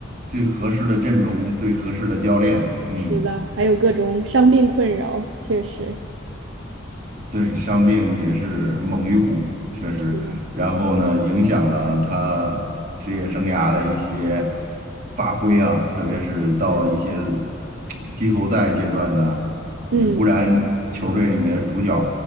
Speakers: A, on the right (about 45°); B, on the right (about 70°).
A: 最合适的阵容、最合适的教练。嗯，
B: 是的，还有各种伤病困扰，确实。
A: 对，伤病也是猛于虎，确实。
B: 嗯，
A: 然后呢，影响了他职业生涯的一些发挥啊，特别是到一些
B: 是
A: 季后赛阶段呢，
B: 嗯，
A: 你忽然球队里面主角